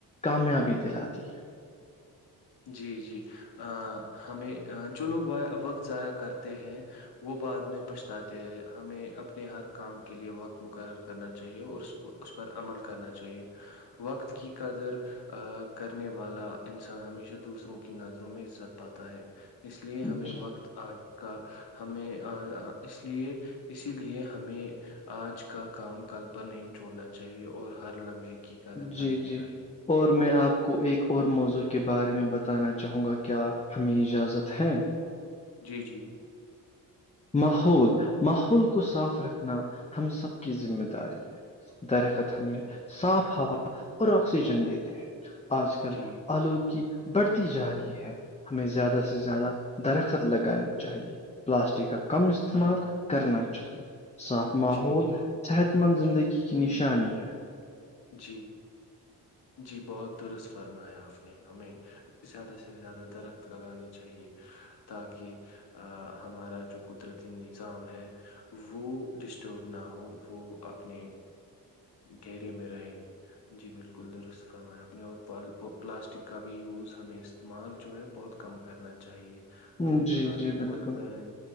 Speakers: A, on the left; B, on the left.
A: کامیابی دلاتی ہے
B: جی جی ہمیں جو لوگ وقت ضائع کرتے ہیں وہ بعد میں پچھتاتے ہیں ہمیں اپنے ہر کام کے لئے وقت مقرر کرنا چاہیے اور اس پر عمل کرنا چاہیے وقت کی قدر کرنے والا انسان ہمیشہ دوسروں کی نظروں میں عزت پاتا ہے اس لیے
A: ہے
B: ہمیں
A: جی
B: وقت آج کا ہمیں اس لیے اسی لیے ہمیں آج کا کام کل پر نہیں چھوڑنا چاہیے اور ہر لمحے کی قدر
A: جی
B: کرنی
A: جی
B: چاہیے
A: اور میں آپ کو ایک اور موضوع کے بارے میں بتانا چاہوں گا کیا ہمیں اجازت ہے
B: جی جی
A: ماحول ماحول کو صاف رکھنا ہم سب کی ذمہ داری ہے درخت ہمیں
B: جی
A: صاف ہوا اور آکسیجن دیتے ہیں آج کل
B: جی
A: آلودگی بڑھتی جا رہی ہے ہمیں زیادہ سے زیادہ درخت لگانی چاہیے پلاسٹک کا کم استعمال کرنا چاہیے صاف
B: جی
A: ماحول
B: جی
A: صحت مند زندگی
B: جی
A: کی نشانی ہے
B: جی جی بہت درست فرمایا آپ نے ہمیں زیادہ سے زیادہ درخت لگانے چاہیے تاکہ ہمارا جو قدرتی نظام ہے وہ ڈسٹرب نہ ہووں وہ اپنے گہرے میں رہے جی بالکل درست فرمائے اپنے اور پلاسٹک کا بھی یوز ہمیں استعمال جو ہے بہت کم کرنا چاہیے
A: ہے
B: ہمیں
A: جی
B: پلاسٹک
A: جی بالکل
B: پر بین